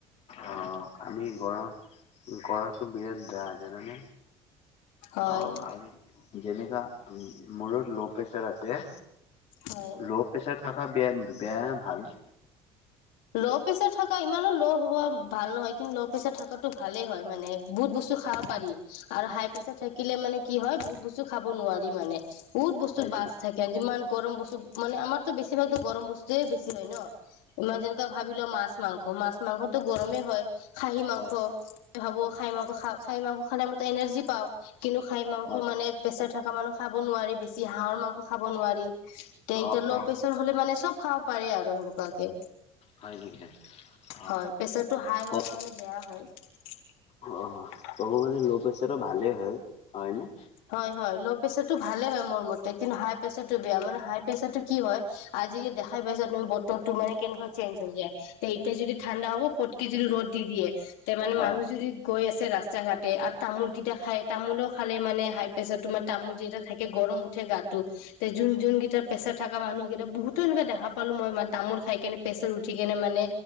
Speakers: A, on the left; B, on the left.
A: অ', আমি গ়ৰম গ়ৰাটো বিৰাট বেয়া জানে?
B: হয়
A: অ <inaudible> সেইদিনা মোৰু ল' প্ৰেছাৰ আছে
B: হয়
A: ল' প্ৰেচাৰ থকা বেয়া কিন্তু। বেয়া, ভাল
B: ল' প্ৰেচাৰ থকা ইমানো ল' হুৱা ভাল নহয়। কিন্তু ল' প্ৰেচাৰ থকাটো ভালেই হয়, মানে বহুত বস্তু খাব পাৰি। আৰু হাই প্ৰেছাৰ থাকিলে মানে কি হয় বহুত বস্তু খাব নোৱাৰি মানে। বহুত বস্তু
A: হয় নেকি
B: বাছ থাকে যিমান গৰম বস্তু মানে, আমাৰতো বেছি ভাগ গৰম বস্তুয়েই বেছি হয় ন, ইমান যেন ভাবি লোৱা মাছ, মাংস, মাছ মাংসতো গৰমেই হয়। খাহী মাংস
A: হয়
B: ভাবো খাহী মাংস খালে আমি এনাৰ্জি পাওঁ। কিন্তু খাহী মাংস
A: অ
B: মানে প্ৰেছাৰ থকা মানুহে খাব নোৱাৰি। বেছি হাঁহৰ মাংস খাব নোৱাৰি। এতিয়া
A: অ
B: ল'
A: অ
B: প্ৰেচাৰ হলে মানে চব খাব পাৰে আৰু সেনেকুৱাঁকে।
A: হয় <inaudible>
B: হয় প্ৰেচাৰটো হাই হলে
A: ক
B: মানে বেয়া হয়।
A: অ ক'ব গ'লে ল' প্ৰেচাৰো ভালেই হয় হয়নে?
B: হয় হয় ল' প্ৰেচাৰতটো ভালে হয় মোৰ মতে, কিন্তু হাই প্ৰেচাৰতটো বেয়া। মানে হাই প্ৰেচাৰত কি হয় আজিকালি দেখাই পাইছা তুমি। বতৰটো মানে কেনেকুৱা চেঞ্জ হৈ যায়। এতিয়া যদি ঠাণ্ডা হ'ব পতকে যদি ৰ'দ দি দিয়ে। তে মানে
A: অ
B: মানুহ যদি গৈ আছে ৰাস্তা ঘাটে আৰু তামোলো যদি খাই তামোলো খালে মানে হাই প্ৰেচাৰ তো মানে তামোল যেতিয়া থাকে গৰম উঠে গাতো। যোন, যোন কেইটা প্ৰেছাৰ থকা মানুহকেইটা বহুতৰে এনেকে দেখা পালোঁ। মই মানে তামোল খাই কেনে প্ৰেচাৰ উঠি কেনে মানে